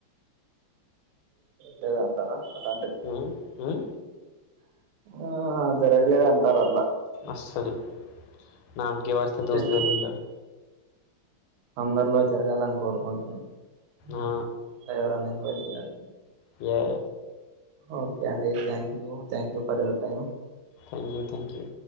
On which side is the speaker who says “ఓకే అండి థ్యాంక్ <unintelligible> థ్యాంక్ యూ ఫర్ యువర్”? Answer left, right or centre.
Right